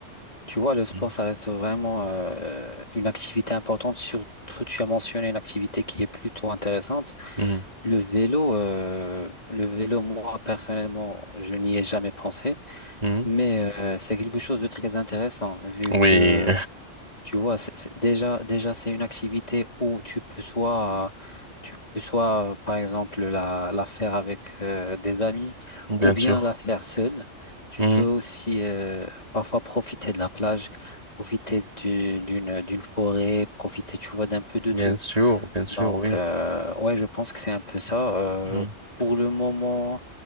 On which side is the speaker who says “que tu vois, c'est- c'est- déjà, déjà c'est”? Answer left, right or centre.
Left